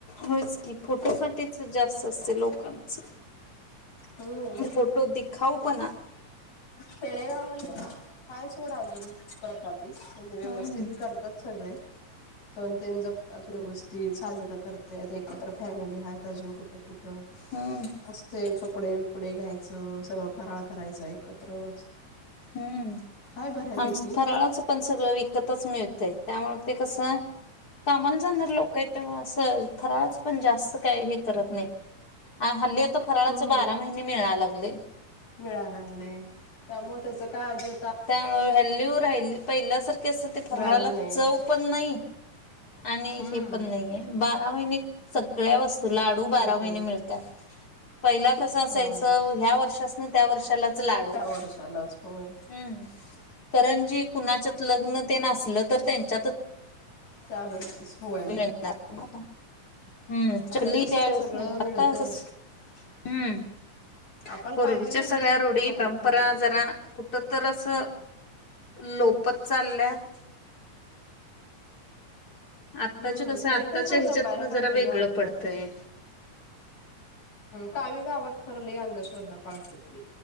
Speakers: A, on the left; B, on the left.
A: होयच की फोटोसाठीच जास्त असते लोकांच.
B: हम्म
A: फोटो दिखाऊ पणा
B: खेडेगाव हाय सोडा अजुन प्रथा. म्हजे व्यवस्थित
A: हम्म
B: करतात सगळे सण येन जपतात व्यवस्थित साजरं करतात एकत्र फॅमिली आहेत अजून कुटुंब कुठ
A: हम्म
B: असते कप कपडे बिपडे घ्यायचं सगळं फराळ करायच एकत्रच.
A: हम्म
B: हाय बऱ्यापैकी
A: आमच फराळाचं पण सगळं विकतच मिळतय. त्यामुळे ते कसं कामाला जाणार लोक आहेत त्या असं फराळच पण जास्त काही हे करत नाही हल्ली फराळाच
B: हम्म
A: बारा महिने मिळायला लागले
B: मिळा लागले त्यामुळे त्याच काय आजी
A: त्यामुळे व्हॅल्यू राहिली पहिल्यासारखे असत ते फराळाला
B: व्हॅल्यू नाही
A: चव पण नाही आणि
B: हम्म
A: हे पण नाहीे बारा महिने सगळ्या वस् तू लाडू
B: मिळतय
A: बारा महिने मिळतात पहिला कस असायचं
B: होय
A: ह्या वर्षास ना त्या वर्षालाच लाडू
B: त्या वर्षालाच होय
A: हम्म. करंजी कुणाच्यात लग्न ते नसलं तर त्यांच्यातच
B: त्यावेळेसच होय
A: मिळणार तुम्हाला. हम्म
B: आता
A: चुकली
B: कसं
A: त्यावेळेस
B: सगळं
A: मिळणार.
B: मिळतय
A: आता कसं, हम्म. <inaudible>
B: आपण
A: पूर्वीच्या
B: पाहिजे म्हटलं
A: सगळ्या
B: की आपण
A: रूढी,
B: करून
A: परंपरा
B: खातोय आता
A: जरा कुटतर असं लोपत चालल्यात
B: हम्म
A: आत्ताच्या कसं
B: तरी
A: आत्ताच्या
B: पण खरं
A: ह्याच्यात
B: जपायला पाहिजे
A: जरा वेगळं
B: ग आपलं
A: पडतंय
B: आपण काही गावात खरं लई अंधश्रद्धा पाळतात बाई